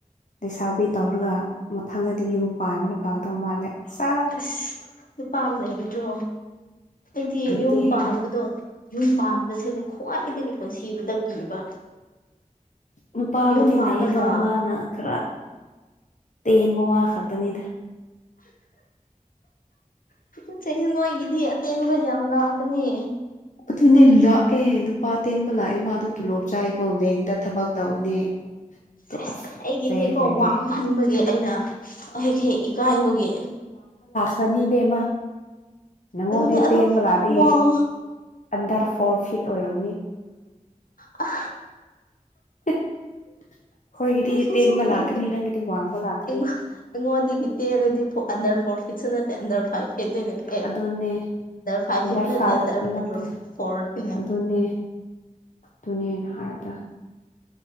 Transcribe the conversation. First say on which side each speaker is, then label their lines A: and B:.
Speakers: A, on the left; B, on the left.
A: ꯂꯩꯁꯥꯕꯤ ꯇꯧꯔꯒ ꯃꯊꯪꯗꯗꯤ ꯌꯨꯝ ꯄꯥꯟꯕꯅ ꯐꯒꯗꯕ ꯃꯥꯜꯂꯦ ꯁꯥ
B: ꯑꯁ ꯅꯨꯄꯥꯕ ꯂꯩꯒꯗ꯭ꯔꯣ ꯑꯩꯗꯤ
A: ꯂꯩꯇꯦ
B: ꯌꯨꯝ ꯄꯥꯍꯟꯕꯗꯣ ꯌꯨꯝ ꯄꯥꯟꯕꯁꯤꯅ ꯈ꯭ꯋꯥꯏꯗꯒꯤ ꯄꯨꯟꯁꯤꯕꯗ ꯀꯤꯕ
A: ꯅꯨꯄꯥꯕꯨꯗꯤ
B: ꯌꯨꯝ ꯄꯥꯜꯂꯒ
A: ꯂꯩ ꯑꯗꯨ ꯃꯥꯅ ꯈꯔ ꯇꯦꯟꯕ ꯋꯥ ꯈꯛꯇꯅꯤꯗ
B: ꯄꯤ ꯆꯩꯁꯨ ꯅꯣꯏꯒꯤꯗꯤ ꯑꯇꯦꯟꯕ ꯌꯥꯝ ꯂꯥꯛꯀꯅꯤ
A: ꯑꯗꯨꯅꯦ ꯂꯥꯛꯑꯦ ꯅꯨꯄꯥ ꯇꯦꯟꯕ ꯂꯥꯛꯑꯦ ꯃꯥꯗꯣ ꯇꯨꯂꯣꯞ ꯆꯥꯏꯀꯣ ꯕꯦꯡꯇ ꯊꯕꯛ ꯇꯧꯅꯦ ꯑꯗꯣ
B: ꯁ ꯑꯁ ꯑꯩꯒꯤꯗꯤꯀꯣ
A: ꯏꯟꯇ꯭ꯔꯦꯁ ꯂꯩꯇꯦ
B: ꯋꯥꯃꯟꯕꯒꯤ ꯑꯩꯅ ꯑꯍ ꯍꯦ ꯏꯀꯑꯕꯒ
A: ꯐꯅꯤꯕꯦꯝꯃ ꯅꯪꯉꯣꯟꯗꯤ
B: ꯑꯗꯨꯅꯦ ꯑꯗꯣ
A: ꯇꯦꯟꯕꯂꯥꯗꯤ
B: ꯋꯥꯡ
A: ꯑꯟꯗꯔ ꯐꯣꯔ ꯐꯤꯠ ꯑꯣꯏꯔꯝꯅꯤ
B: ꯑ
A: <inaudible>
B: ꯅꯪꯁꯨ
A: ꯇꯦꯟꯕ
B: ꯑꯗꯨꯉ
A: ꯂꯥꯛꯀꯅꯤ ꯅꯪꯒꯤꯗꯤ ꯋꯥꯡꯕ ꯂꯥꯛꯀꯅꯤ
B: ꯑꯩꯉꯣꯟꯗꯒꯤꯇꯦꯔꯗꯤ ꯑꯟꯗꯔ ꯐꯣꯔ ꯏꯁꯨ ꯅꯠꯇ ꯑꯟꯗ ꯐꯥꯏꯚ ꯐꯤꯠꯅꯤꯅꯦ ꯑꯦ
A: ꯑꯗꯨꯟꯅꯅꯦ
B: ꯐꯥꯏꯚ
A: ꯑꯟꯗꯔ
B: ꯐꯤꯠ ꯅꯠꯇꯦ
A: ꯐꯥꯏꯚꯁꯨ
B: ꯑꯟꯗꯔ ꯐꯣꯔ
A: ꯅꯠꯇ꯭ꯔꯦ
B: ꯐꯣꯔꯅꯦ
A: ꯑꯗꯨꯅꯦ ꯑꯗꯨꯅꯦꯅ ꯍꯥꯏꯕꯗ